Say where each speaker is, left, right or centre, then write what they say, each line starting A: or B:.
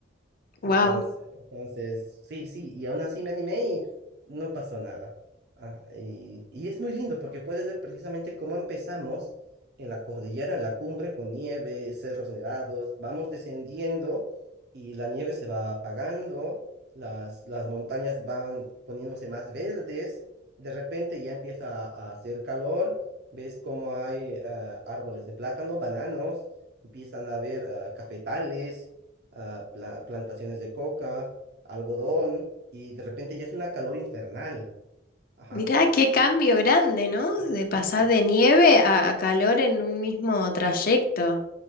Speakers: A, on the right; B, on the left.
A: Entonces,
B: Wow,
A: entonces, sí, sí, y aún así me animé y no pasó nada. Ah, y, y es muy lindo porque puedes ver precisamente cómo empezamos en la cordillera, en la cumbre, con nieve, cerros nevados, vamos descendiendo y la nieve se va apagando, las, las montañas van poniéndose más verdes, de repente ya empieza a, a hacer calor, ves cómo hay ah, árboles de plátano, bananos, empiezan a haber ah, cafetales ah, pla- plantaciones de coca, algodón, y de repente ya es una calor infernal. Ajá,
B: mirá qué cambio grande, ¿no?
A: sí,
B: De pasar
A: exacto.
B: de nieve a, a calor en un mismo trayecto.